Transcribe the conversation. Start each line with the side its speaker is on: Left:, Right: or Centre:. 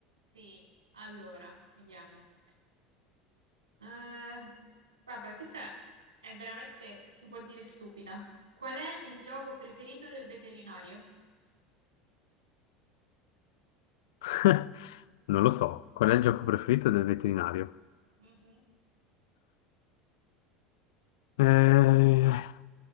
Right: Sì, allora, vediamo. Eh, vabbè, questa è veramente, si può dire stupida. Qual è il gioco preferito del veterinario?
Left: <laughs> Non lo so, qual è il gioco preferito del veterinario?
Right: Mhm.
Left: Eh,